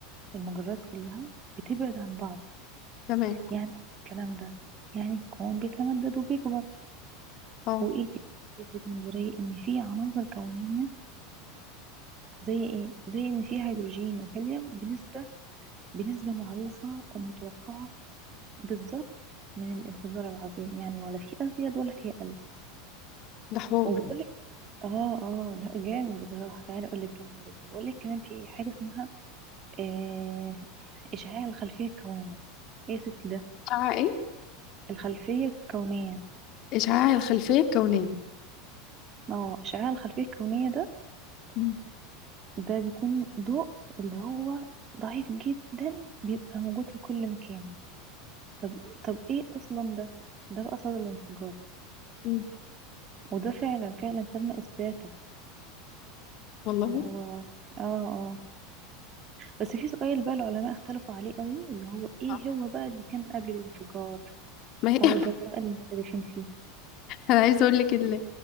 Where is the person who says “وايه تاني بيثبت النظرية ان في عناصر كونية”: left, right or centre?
Right